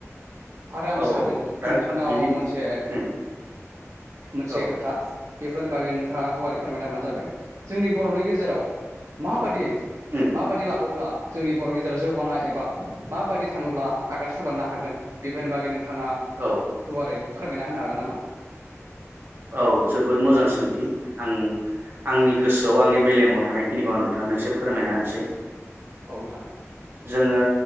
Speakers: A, on the right; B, on the right.
A: आरो आं
B: औ
A: सानदों
B: दा
A: नोंथांनाव
B: बिनि
A: मोनसे
B: उम
A: मोनसे
B: औ
A: खोथा बेफोर बागै नोंथाङा गुवारै फोरमायना होबानो जाबाय जोंनि बर'नि गेजे जेराव माबादि
B: उम
A: माबादि लाबोब्ला जोंनि बर'नि गेजेराव जौगानाय एबा माबायदि थाङोब्ला आगान सुरलांनो हागोन बे फोरनि बागै नोंथाङा
B: औ
A: गुवारै फोरमायना होनो हागोन नामा?
B: औ जोबोर मोजां सोंथि आं आंनि गोसोआव आंनि मेलेमाव थानायखिनिखौ आं नोंथांनो एसे फोरमायना होनसै।
A: औ नोंथां
B: जोङो